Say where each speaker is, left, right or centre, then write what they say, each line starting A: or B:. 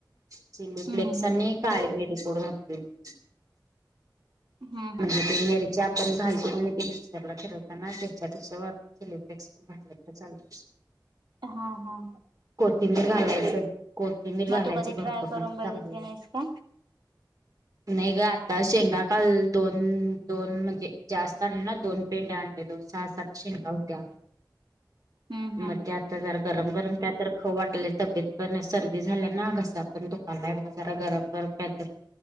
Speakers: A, on the right (about 50°); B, on the right (about 85°).
A: चिली
B: हम्म
A: फ्लेक्स
B: हम्म
A: आणि काळे मिर <unintelligible>
B: हम्म
A: म्हणजे तेंगरीच्या घालते मिक्सरला फिरवताना त्याच्या व चिलीफ्लेस पण घात तर चालत
B: हा हा
A: कोथिंबीर घालायची कोथिंबीर घालायच
B: मग तू कधी
A: भरपूर
B: ट्राय करून
A: म्हणजे
B: बघितली
A: चांगली.
B: नाहीस का
A: नाही ग आता शेंगाकाल दोन दोन म्हणजे जास्त आ ना दोन. पेंड आणलेलो सहा सात शेंगा होत्या
B: हम्म हम्म
A: मग त्या आता जरा गरम गरम काय तर खाऊ वाटले तब्येत पण सर्दी झाल्या ना घसा पण दुकाला जरा गरम गरम. तर